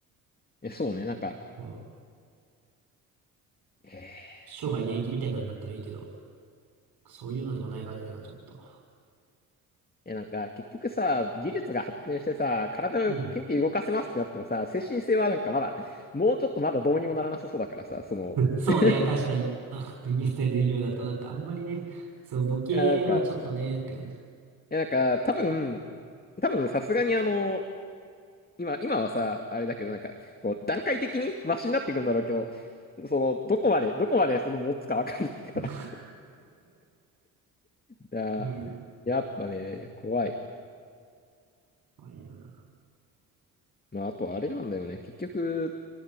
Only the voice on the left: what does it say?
え、そうね、なんか、
えー
え、なんか、結局さ、技術が発展してさ、体をピンピン動かせますってなってもさ、
精神性はなんかまだ、もうちょっとまだどうにもならなさそうだからさ、その、
<laughs>
いや、なんか、
いや、なんか、多分、多分、さすがにあの、今、今はさ、あれだけど、なんか、こう、段階的にマシになっていくんだろうけど、その、どこまで、どこまでその持つかわかんないから。
いや、
やっぱね、怖い。
まあ、あとあれなんだよね。結局、